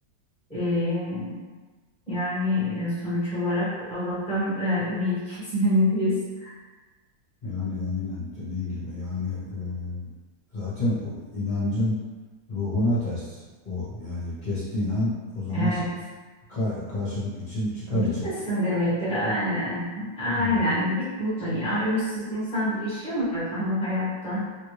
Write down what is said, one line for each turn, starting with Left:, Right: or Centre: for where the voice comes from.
Centre: Ee, yani e, sonuç olarak Allah'tan e, ümit <laughs> kesmemeliyiz.
Left: Yani aynen dediğin gibi yani e, zaten o inancın ruhuna ters o yani kestiğin an o zaman
Centre: Evet,
Left: sen ka- karşılık için çıkar
Centre: bitmesin
Left: için.
Centre: demektir aynen. Aynen
Left: Hı.
Centre: bitmiyorsun ya. Ümitsiz insan yaşayamıyor zaten bu hayatta.